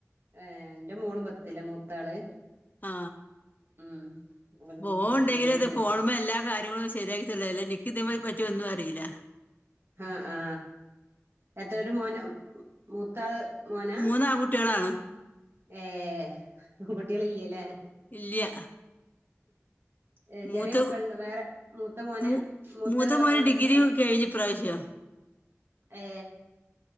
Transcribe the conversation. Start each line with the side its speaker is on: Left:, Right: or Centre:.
Right: ഏ എന്റെ മോളും പത്തില മൂത്താള്
Left: ആ
Right: ഉം ഓലും
Left: ഫേൺണ്ടെങ്കില്
Right: പത്തിലെന്റെ
Left: ഇത്
Right: ചോ
Left: ഫോൺമേല്ല കാര്യങ്ങളും സെരിയാക്കിത്തെര്ല അല്ലാ ഇനിക്കിതിമേ പ ഒന്നു അറീല
Right: ആ ആ എത്രെ ഒരു മോന് മൂത്താള് മോനാ
Left: മൂന്ന് ആൺകുട്ടികളാണ്
Right: ഏ പെങ്കുട്ട്യേളില്ല്യാ ലേ
Left: ഇല്ല്യ
Right: ഏ
Left: മൂത്ത
Right: ചെറിയേ മക്കള്ണ്ടേ വേറെ മൂത്തേ മോനാ
Left: മൂ
Right: മൂത്തേ
Left: മൂത്ത
Right: പത്താം
Left: മോന്
Right: ക്ലാസ്സില്
Left: ഡിഗ്രി കഴിഞ്ഞ് ഇപ്രാവശ്യം
Right: ഏ